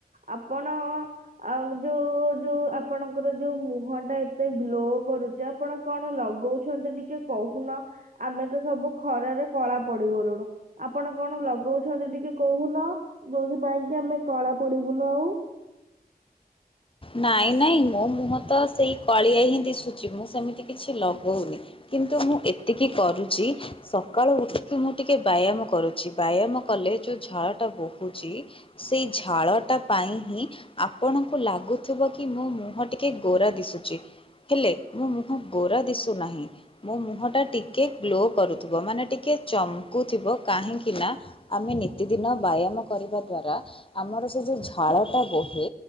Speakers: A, on the right; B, on the left.
A: ଆପଣ ଆଉ ଯୋଉ ଯୋଉ ଆପଣଙ୍କର ଯୋଉ ମୁହଁ ଟା ଏତେ ଗ୍ଲୋ କରୁଚ଼ି ଆ ଆପଣ କଣ ଲଗଉଛନ୍ତି ଟିକେ କହୁନ? ଆମେ ତ ସବୁ ଖରାରେ କଳା ପଡିଗଲୁଣୁ। ଆପଣ କଣ ଲଗଉଛନ୍ତି ଟିକେ କହୁନ? ଯୋଉଥି ପାଇଁ କି ଆମେ କଳା ପଡିବୁନୁ ଆଉ?
B: ନାଇଁ ନାଇଁ ମୋ ମୁହଁ ତ ସେଇ କଳିଆ ହିଁ ଦିଶୁଛି, ମୁଁ ସେମିତି କିଛି ଲଗଉନି। କିନ୍ତୁ ମୁଁ ଏତିକି କରୁଚ଼ି। ସକାଳୁ ଉଠିକି ମୁଁ ଟିକେ ବାୟାମ କରୁଚ଼ି ବାୟାମ କଲେ ଯୋଉ ଝାଳ ଟା ବୋହୁଚ଼ି ସେଇ ଝାଳଟା ପାଇଁ ହିଁ ଆପଣଙ୍କୁ ଲାଗୁ ଥୁବ କି ମୋ ମୁହଁ ଟିକେ ଗୋରା ଦିଶୁଚ଼ି, ହେଲେ ମୋ ମୁହଁ ଗୋରା ଦିଶୁ ନାହିଁ। ମୋ ମୁହଁଟା ଟିକେ ଗ୍ଲୋ କରୁଥିବ ମାନେ ଟିକେ ଚମକୁଥିବ, କାହିଁକି ନା ଆମେ ନିତିଦିନ ବାୟାମ କରିବା ଦ୍ଵାରା ଆମର ସେ ଯୋଉ ଝାଳଟା ବୋହେ,